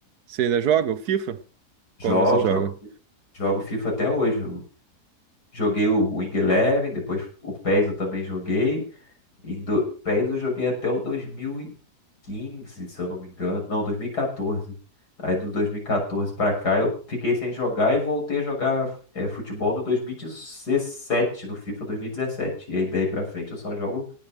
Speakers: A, on the right; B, on the left.
A: Você ainda joga o FIFA?
B: <laughs> Jogo,
A: Qual você joga?
B: jogo, jogo FIFA até hoje. Eu joguei o Wing Eleven, depois o PES eu também joguei. Em do, PES eu joguei até o 2015, se eu não me engano. Não, 2014. Aí do 2014 pra cá eu fiquei sem jogar e voltei a jogar é, futebol no 2017, no FIFA 2017. E dezessete. E aí daí pra frente eu só jogo